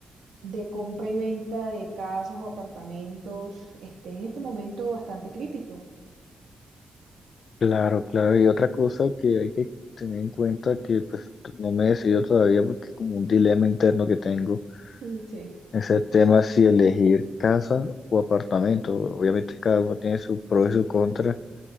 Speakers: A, on the right; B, on the left.
A: de compra y venta de casas o apartamentos esté en este momento bastante crítico.
B: Claro, claro. Y otra cosa que hay que tener en cuenta que pues no me he decidido todavía porque como un dilema interno que tengo
A: Mm, Sí,
B: es el tema si elegir casa o apartamento. Obviamente cada uno tiene su pro y su contra.